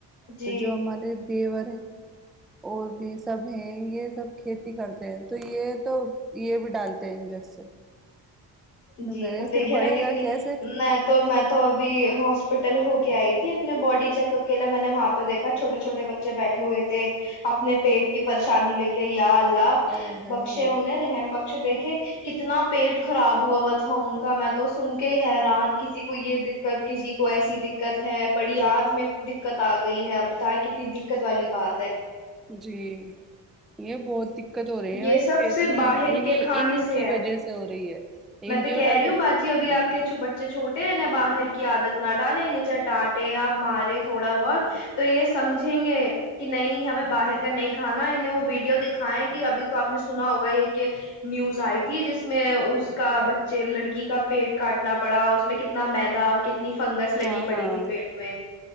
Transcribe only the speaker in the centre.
تو جو ہمارے دیو اور بھی سب ہیں یہ سب کھیتی کرتے ہیں تو یہ تو یہ بھی ڈالتے ہیں انجیکشن وغیرہ
پھر
بڑھے
گا کیسے
اور ہے
<unintelligible> یہ بہت دقت ہو رہی ہے
ویسے
پیٹ
میں
انیں
انہیں
کی
وجہ سے ہو رہی ہے
ایک
جو
ہر
ہ
ہاں
ہاں